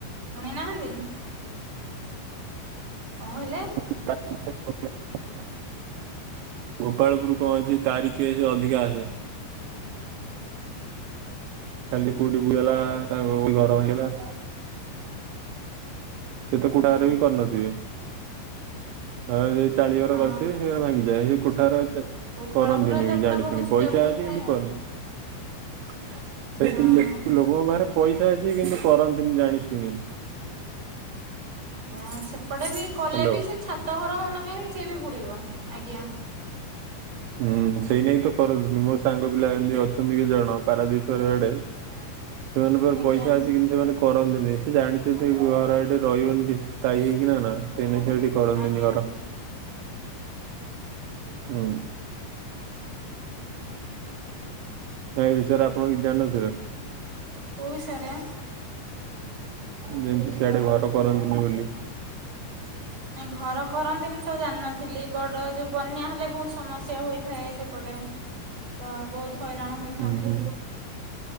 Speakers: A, on the right; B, on the right.
A: ଶୁଣି ନାହାଁନ୍ତି? କଣ କହିଲା?
B: <unintelligible> ଗୋପାଳପୁରୁ। କହ ଅଛି ତାରିକେ ସେ ଅଧିକା ଆସେ। କାଲି କୋଉଠି ବୁହି ହେଲା
A: ଆଜ୍ଞା
B: ତା କଉଠି ଘର ଭାଙ୍ଗିଲା। ସେ ତ କୁଡା
A: ଆଜ୍ଞା
B: ବି କରିନଥିବେ? ହଁ ସେ ଚାଳିଘର
A: ହଁ
B: କରିଥିବେ ସେ ଘରେ ଭାଙ୍ଗିଯାଏ ସେ କୋଠାଘର ଚେ
A: ଗୋପାଳପୁରରେ
B: କରନ୍ତିନି
A: ତ
B: ବି
A: ପୁରା
B: ଜାଣି
A: ବହୁତ
B: ଶୁଣି ପଇସା
A: ଜୋରରେ ହୋଇଥାଏ
B: ଅଛି କିନ୍ତୁ
A: ଆଉ
B: କର <unintelligible> ଲୋକ
A: ହଁ
B: ଲୋକଙ୍କ ପାଖରେ ପଇସା ଅଛି କିନ୍ତୁ କରନ୍ତିନି ଜାଣି ଶୁଣି।
A: ହଁ ସେପଟେ ବି କଲେ
B: ହ୍ୟାଲୋ
A: ବି ସେ ଛାତ ଘର ହଉନା କାହିଁକ ସିଏ ବି ବୁଡିବ ଆଜ୍ଞା। <inaudible>
B: ହୁଁ ସେଇ ନାଗିତ କରନ୍ତିନି ମୋ ସାଙ୍ଗ ପିଲା ଏମିତି ଅଛନ୍ତି କଛି ଜଣ ପାରାଦ୍ୱୀପର ଆଡେ। ସେମାନଙ୍କ ପାଖରେ
A: ଆଜ୍ଞା
B: ପଇସା ଅଛି କିନ୍ତୁ ସେମାନେ କ କରନ୍ତିନି ସେ ଜାଣିଛନ୍ତି ଘର ଏଠି ରହିବନି ଟି ସ୍ଥାୟୀ ହେଇକି ନା ନା ସେନାଗି ସେଠି କରନ୍ତିନି
A: ଆଜ୍ଞା
B: ଘର। ହୁଁ। ୟା ବିଷୟରେ ଆପଣ କିଛି ଜାଣିନଥିବେ?
A: କଉ ବିସୟରେ?
B: ଯେମତି ସିଆଡେ ଘର କରନ୍ତିୁନି ବୋଲି।
A: <inaudible> ନାଇଁ ଘର କରନ୍ତିନି ତ ଜାଣିନଥିଲି ବଡ ଯୋଉ ବନ୍ୟା ହେଲେ ବହୁତ ସମସ୍ୟା ହୋଇଥାଏ ସେପଟେ। ତ ବହୁତ ହଇରାଣ ହୋଇଥାନ୍ତି।
B: ହୁଁ ହୁଁ।